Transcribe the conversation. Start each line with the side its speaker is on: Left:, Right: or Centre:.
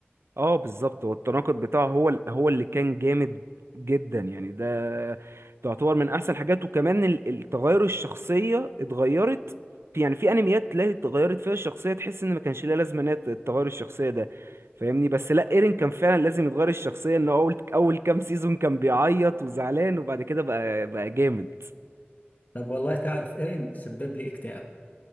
Right: اه بالظبط والتناقض بتاعه هو ال- هو اللي كان جامد جدا يعني ده تعتبر من احسن حاجات وكمان ال- التغير الشخصيه اتغيرت في يعني في انميات تلاقي اتغيرت فيها الشخصيه تحس ان ما كانش ليها لازمه ان هي تتغير الشخصيه ده فاهمني بس لا ايرين كان فعلا لازم يتغير الشخصيه انه اول اول كام سيزون كان بيعيط وزعلان وبعد كده بقى بقى جامد
Left: طب والله تعرف إيرين سبب لي اكتئاب